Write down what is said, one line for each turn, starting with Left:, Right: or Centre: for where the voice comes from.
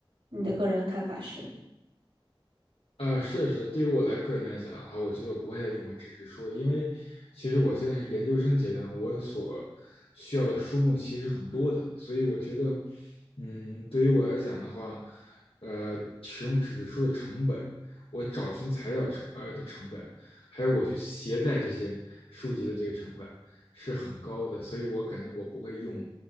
Right: 你的个人看法是？
Left: 呃，是是，对于我来个人来讲的话，我觉得我不会再用回纸质书，因为其实我现在是研究生阶段，我所需要的书目其实很多的，所以我觉得，嗯，对于我来讲的话，呃，使用纸质书的成本，我找寻材料成呃的成本，还有我去携带这些书籍的这个成本是很高的，所以我感觉我不会用，